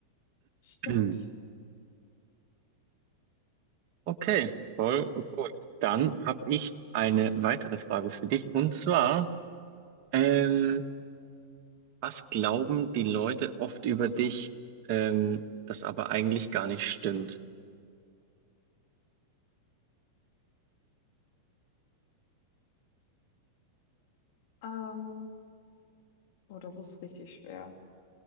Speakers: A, on the left; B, on the right.
A: Stimmt.
B: <clears throat> Okay, voll gut. Dann habe ich eine weitere Frage für dich. Und zwar, ähm, was glauben die Leute oft über dich, ähm, das aber eigentlich gar nicht stimmt?
A: Ähm, oh, das ist richtig schwer.